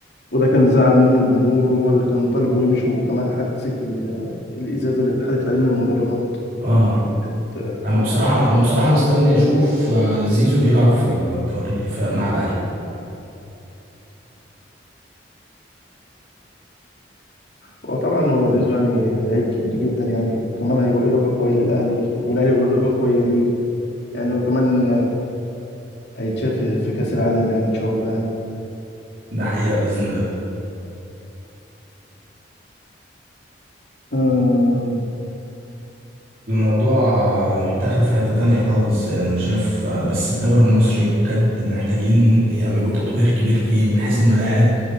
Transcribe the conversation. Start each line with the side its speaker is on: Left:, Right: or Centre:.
Left: وده كان زعل منه الجمهور وهو اللي كان طالبه يمشي وكمان حادثة ال- الإزازة اللي اتحدفت عليه من المدرجات
Right: اه
Left: كانت
Right: انا بصراحة انا بصراحة مستني اشوف آه، زيزو بيلعب في الدوري في- مع الاهلي
Left: وطبعا هو زيزو يعني لعيب كبير جدا يعني كمان هيبقى إضافة قوية للأهلي والأهلي هيبقى إضافة قوية ليه يعني وكمان هيتشاف في كأس العالم يعني إن شاء الله يعني
Right: ده حقيقة بإذن الله
Left: آم،
Right: الموضوع متاخد في حتة تانية خالص يعني أنا شايف بس الدوري المصري بجد محتاجين يعملوا تطوير كبير فيه من حيث الملاعب